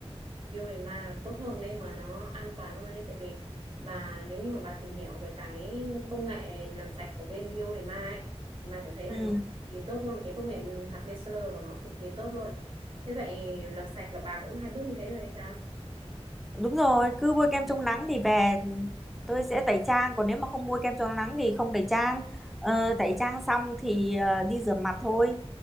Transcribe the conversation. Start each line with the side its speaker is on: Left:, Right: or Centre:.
Right: biêu để ma tốt hơn đấy mà nó an toàn hơn đấy tại vì bà nếu như mà bà tìm hiểu về cái công nghệ làm sạch của bên biêu để ma ấy bà sẽ thấy là
Centre: Ừ,
Right: nó cực kỳ tốt luôn cái công nghệ hạt micellar của nó cực kỳ tốt luôn thế vậy làm sạch là bà cũng hai bước như thế rồi hay sao
Centre: đúng rồi, cứ bôi kem chống nắng thì về ừ, tôi sẽ tẩy trang. Còn nếu mà không bôi kem chống nắng thì không tẩy trang. Ờ,
Right: Ừ.
Centre: tẩy trang xong thì ờ, đi rửa mặt thôi.